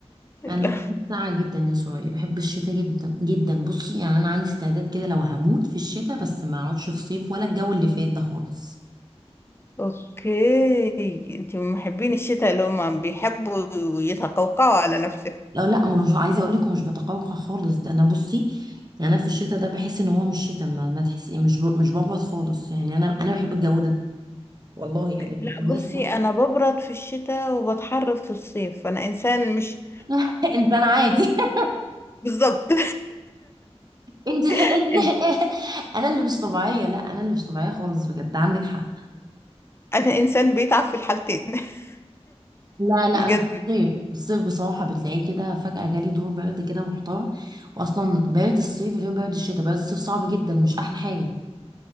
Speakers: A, on the left (about 20°); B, on the right (about 40°).
A: لا
B: انا بحب السقعة جدا يا سرايا بحب الشتاء جدا جدا بصي يعني انا عندي استعداد كده لو هموت في الشتاء بس ما اقعدش في صيف ولا الجو اللي فات ده خالص
A: <laughs> اوكي انتي من محبين الشتاء اللي هم بيحبوا يتقوقعوا على نفسهم
B: لا لا مش عايزه اقول لك مش بتقوقع خالص ده انا بصي انا في الشتاء ده بحس ان هو مش شتاء ما, ما تحسي مش ب... مش بقبض خالص يعني انا انا بحب الجو ده والله
A: اوكي
B: يعني
A: لا
B: الناس
A: بصي
B: كل
A: انا ببرد في الشتاء وبتحر في الصيف انا انسان مش
B: <laughs> انت انا عادي <laughs>
A: بالظبط
B: انت انت
A: <laughs>
B: انا اللي مش طبيعيه لا انا اللي مش طبيعيه خالص بجد عندك حق
A: انا انسان بيتعب في الحالتين <laughs>
B: لا لا
A: بجد
B: انا في الصيف في الصيف بصراحه بتلاقيه كده فجاه جالي دور برد كده محترم واصلا برد الصيف غير برد الشتاء برد الصيف صعب جدا مش احلى حاجه